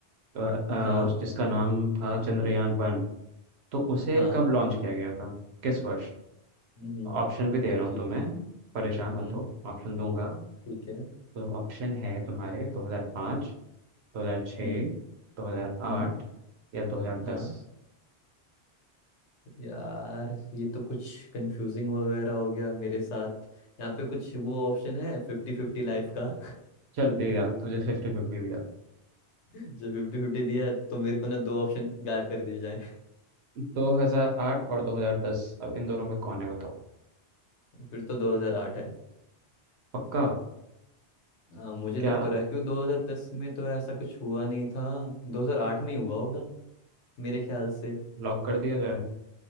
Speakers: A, on the right; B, on the left.
A: अ, अ,
B: हाँ
A: उस- जिसका नाम था चंद्रयान वन तो उसे
B: हाँ
A: कब लॉन्च किया गया था किस वर्ष
B: हम्म
A: ऑप्शन भी दे रहा
B: ठीक
A: हूँ तुम्हें
B: है हम्म
A: परेशान मत हो ऑप्शन दूंगा
B: ठीक है
A: तो ऑप्शन है तुम्हारे 2005 2006
B: हम्म
A: 2008
B: हम्म
A: या 2010
B: हाँ यार ये तो कुछ कंफ्यूजिंग वगैरह हो गया मेरे साथ यहाँ पे कुछ वो ऑप्शन है फिफ्टी फिफ्टी लाइफ का <laughs>
A: चल दिया तुझे फिफ्टी फिफ्टी दिया
B: जो फिफ्टी फिफ्टी दिया तो मेरे को ना दो ऑप्शन गायब कर दिए जाए
A: 2008 और 2010 अब इन दोनों में कौन है बताओ
B: <laughs> फिर तो 2008
A: पक्का
B: आ, मुझे
A: क्या
B: लग तो रहा है क्योंकि 2010 में तो ऐसा कुछ हुआ नहीं था 2008 में ही हुआ होगा मेरे ख्याल से
A: लॉक कर दिया जाए